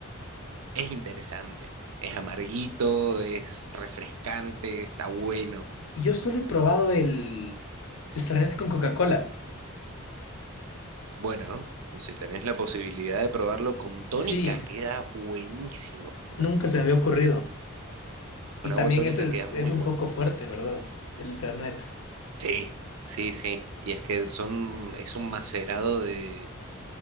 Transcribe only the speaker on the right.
es interesante, es amarguito, es refrescante, está bueno.
Bueno, si tenés la posibilidad de probarlo con tónica,
queda buenísimo
también.
Con
agua tónica
queda muy
bueno.
Sí, sí, sí. Y es que son, es un macerado de,